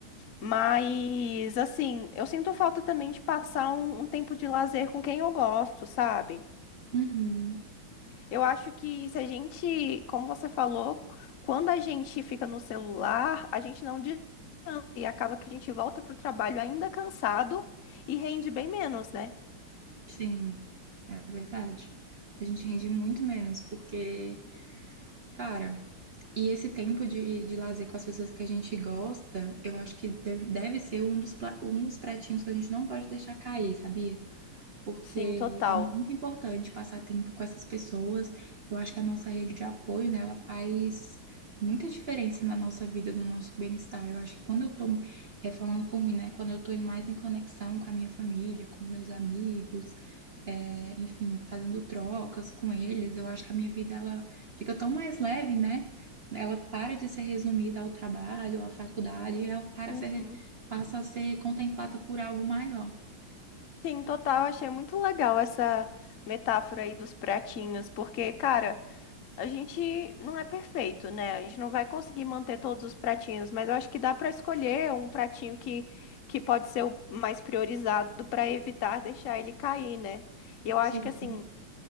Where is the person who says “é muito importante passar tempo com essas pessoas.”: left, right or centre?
Right